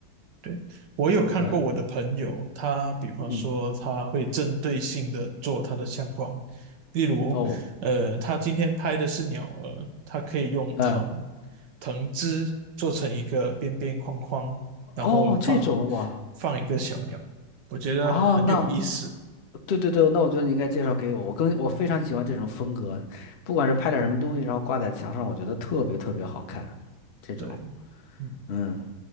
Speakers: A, on the right (about 65°); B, on the left (about 60°).
A: 对，我有看过我的朋友，
B: 对，
A: 他比方说他会针对性的做他的相框，
B: 嗯，
A: 例如，
B: 哦，
A: 呃，他今天拍的是鸟儿，他可以用藤
B: 嗯，
A: 藤枝做成一个边边框框，
B: 哦，
A: 然后放
B: 这种哇，
A: 放一个小鸟，我觉得很有意思。
B: 哦，那对对对，那我觉得你应该介绍给我，我更我非常喜欢这种风格，不管是拍点什么东西，然后挂在墙上，我觉得特别特别好看，这种。
A: 对，嗯，
B: 嗯，